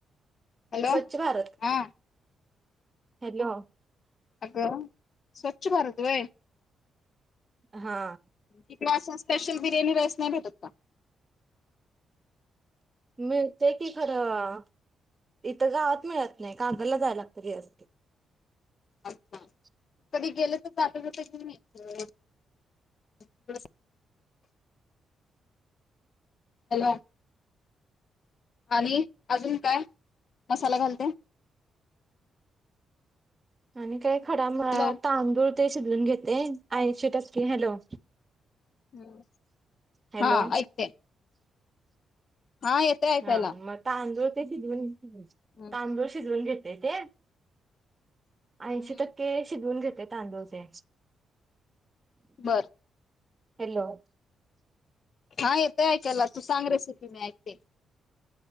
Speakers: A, on the left (about 55°); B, on the right (about 30°).
A: हॅलो
B: स्वच्छ
A: हा.
B: भारत हॅलो.
A: अगं स्वच्छ भारत होय?
B: हा.
A: इकडे असं स्पेशल बिर्याणी राईस नाही भेटत का?
B: मिळते की खरं, इथं गावात मिळत नाही कागलला जाय लागत त्याच्यासाठी. <inaudible>
A: अच्छा कधी गेलं तर जाता जाता घेऊन यायचं. <unintelligible> हॅलो. आणि अजून काय मसाला घालते?
B: आणि काही खडा म
A: हॅलो
B: तांदूळ ते शिजवून घेते ऐंशी टक्के हॅलो.
A: हम्म.
B: हॅलो.
A: हा ऐकते हा येेतंय ऐकायला.
B: हा मग तांदूळ ते भिजवून घ्यायचे,
A: हम्म.
B: तांदूळ शिजवून घेते ते. ऐंशी
A: हम्म
B: टक्के शिजवून घेते तांदूळ ते.
A: बरं.
B: हॅलो.
A: हा येते ऐकायला तू सांग रेसिपी मी ऐकते.